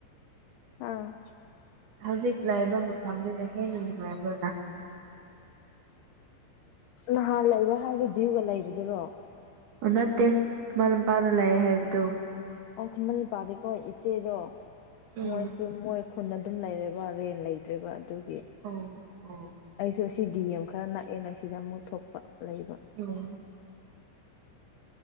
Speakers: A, on the left; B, on the right.
A: ꯑ
B: ꯍꯧꯖꯤꯛ ꯂꯥꯏꯕ ꯃꯐꯝꯗꯨꯅ ꯍꯦꯟꯅ ꯅꯨꯡꯉꯥꯏꯕ
A: ꯅꯍꯥꯥꯟ ꯂꯩꯕ ꯍꯥꯏꯒꯗꯤꯒ ꯂꯩꯕꯗꯨꯔꯣ
B: ꯅꯠꯇꯦ ꯃꯔꯄꯥꯥꯡꯅ ꯂꯥꯛꯑꯦ ꯍꯥꯏꯕꯗꯣ
A: ꯑꯣꯈ ꯃꯜ ꯄꯗꯀꯣ ꯏꯆꯦꯗꯣ
B: ꯎꯝ
A: ꯃꯣꯏꯁꯨ ꯃꯣꯏ ꯈꯨꯟ ꯑꯗꯨꯝ ꯂꯩꯔꯦꯕ ꯔꯦꯟ ꯂꯩꯇ꯭ꯔꯦꯕ ꯑꯗꯨꯒꯤ
B: ꯑꯣ ꯑꯣ
A: ꯑꯩꯁꯨ ꯁꯤ ꯗꯤ ꯑꯦꯝ ꯈꯔ ꯅꯛꯑꯦꯅ ꯁꯤꯗ ꯑꯃꯨꯛ ꯊꯣꯛꯄ ꯂꯩꯕ
B: ꯎꯝ